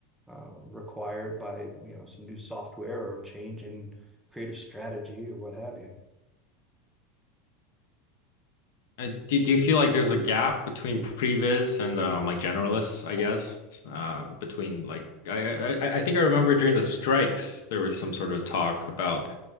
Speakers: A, in the centre; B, on the left.
A: uh, required by, you know, some new software or change in creative strategy or what have you.
B: Uh, do, do you feel like there's a gap between previs and um, like generalists, I guess? Uh, between like I, I I think I remember during the strikes there was some sort of talk about